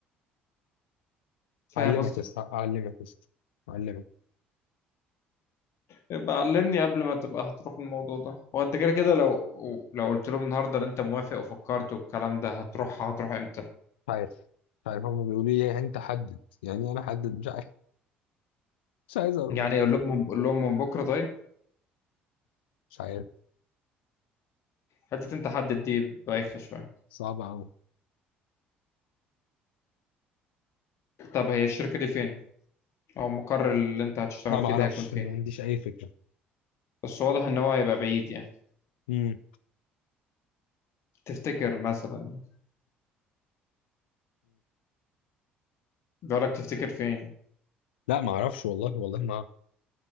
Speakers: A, on the left; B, on the left.
A: فاهم
B: اعلمك
A: قصدي
B: بس اعلمك بس اعلمك
A: يبقى علمني قبل ما تبقى هتروح الموضوع ده هو انت كده كده لو لو قلت لهم النهارده ان انت موافق وفكرت والكلام ده هتروح هتروح امتى
B: مش عارف مش عارف هم بيقولوا لي إيه، يعني انت حدد يعني إيه انا حدد مش عارف مش عايز اروح
A: يعني قول لهم قول لهم من بكره طيب
B: مش عارف
A: حته انت حدد دي بايخه شويه
B: صعب قوي
A: طب هي الشركه دي فين او المقر اللي انت هتشتغل
B: لا
A: فيه
B: ما اعرفش
A: ده هيكون فين
B: ما عنديش اي فكره
A: بس واضح ان هو هيبقى بعيد يعني
B: امم
A: تفتكر مثلا بيقول لك تفتكر فين
B: لا ما اعرفش والله والله ما